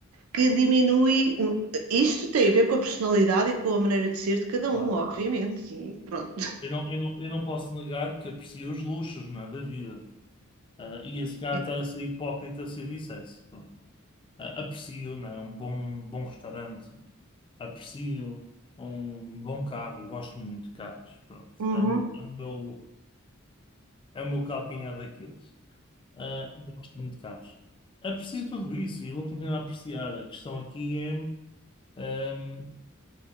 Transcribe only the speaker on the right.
que diminui. Isto tem a ver com a personalidade e com a maneira de ser de cada um,
obviamente.
E pronto.
<laughs>
Uhum.